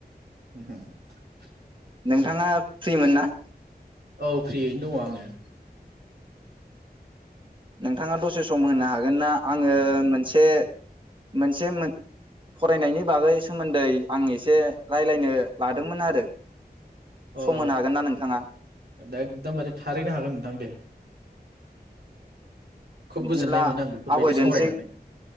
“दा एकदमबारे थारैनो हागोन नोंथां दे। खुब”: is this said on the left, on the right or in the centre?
Right